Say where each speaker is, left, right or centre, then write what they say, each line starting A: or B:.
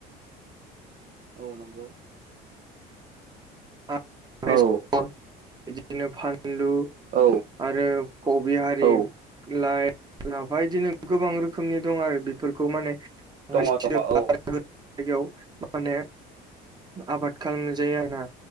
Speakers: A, on the right (about 45°); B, on the right (about 25°).
A: औ नंगौ
B: बा बेसर
A: औ
B: बिदिनो फानलु
A: औ
B: आरो कबि हारि
A: औ
B: लाइ लाफा इदिनो गोबां रोखोमनि दं आरो बेफोरखौ माने जायगायाव
A: दङ दङ औ
B: माने आबाद खालामनो जे आरोना